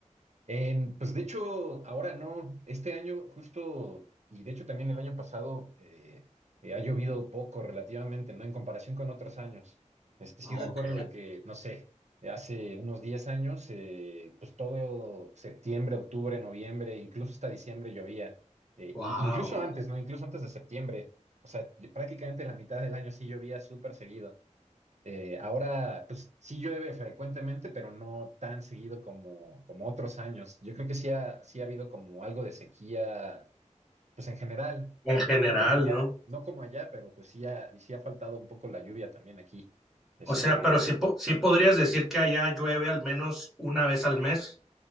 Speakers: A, on the right; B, in the centre.
A: En- pues de hecho, ahora no, este año justo, y de hecho también el año pasado, eh, eh, ha llovido poco relativamente, ¿no? En comparación con otros años. Este, sí
B: Ok,
A: recuerdo de que, no sé, eh, hace unos 10 años, eh, pues todo septiembre, octubre, noviembre, incluso hasta diciembre llovía. Eh,
B: wow.
A: y incluso antes, ¿no? Incluso antes de septiembre. O sea, yo- prácticamente la mitad del año sí llovía súper seguido. Eh, ahora, pues sí llueve frecuentemente, pero no tan seguido como, como otros años. Yo creo que sí ha, sí ha habido como algo de sequía, pues en general.
B: En general,
A: O sea, no como allá,
B: ¿no?
A: no como allá, pero pues sí ha, sí ha faltado un poco la lluvia también aquí. Este,
B: O sea, pero sí, po- sí podrías decir que allá llueve al menos una vez al mes